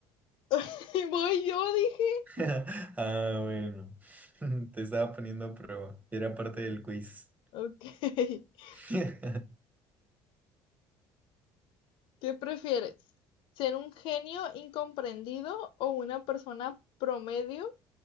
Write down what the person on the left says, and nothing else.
<laughs> Y voy, yo dije.
Mm,
Ok. <laughs>
¿Qué prefieres? ¿Ser un genio incomprendido o una persona promedio